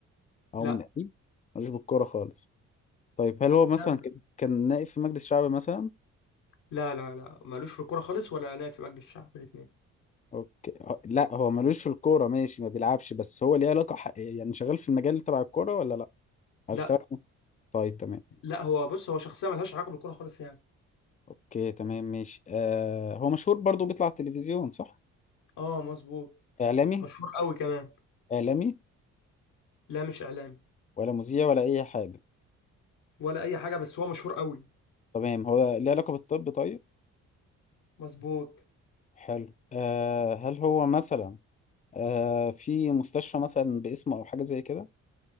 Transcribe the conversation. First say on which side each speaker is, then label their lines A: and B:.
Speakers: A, on the left; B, on the left.
A: او
B: لا
A: من قريب ملوش بالكرة خالص طيب هل هو مثلا
B: لا
A: كان كان نائب في مجلس شعب مثلا
B: لا لا لا، مالوش في الكورة خالص ولا أنا في مجلس الشعب الاتنين
A: اوكي آه، لا هو ملوش في الكورة ماشي ما بيلعبش بس هو ليه علاقة ح- يعني شغال في المجال تبع الكورة ولا لا او
B: لا
A: اشتغل في- طيب تمام
B: لا هو بص هو شخصية ملهاش علاقة بالكورة خالص يعني
A: اوكي تمام ماشي آه هو مشهور برضو بيطلع على التلفزيون صح
B: اه مظبوط
A: اعلامي
B: مشهور قوي كمان
A: اعلامي
B: لا مش إعلامي
A: ولا مذيع ولا اي حاجة
B: ولا أي حاجة بس هو مشهور قوي
A: تمام هو ليه علاقة بالطب طيب
B: مظبوط
A: حلو آه هل هو مثلا آه في مستشفى مثلا باسمه أو حاجة زي كده